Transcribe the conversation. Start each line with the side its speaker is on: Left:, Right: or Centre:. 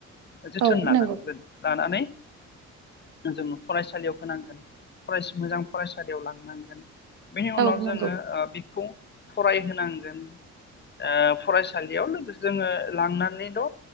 Left: जोथोन
Right: औ
Left: लानांगोन
Right: नंगौ
Left: लानानै जोङो फरायसालियाव होनांगोन फराय मोजां फरायसालियाव लांनांगोन बेनि
Right: औ
Left: उनाव
Right: नंगौ
Left: जोङो बेखौ फरायहोनांगोन ओ फरायसालियाव लोगोजों लांनानैल'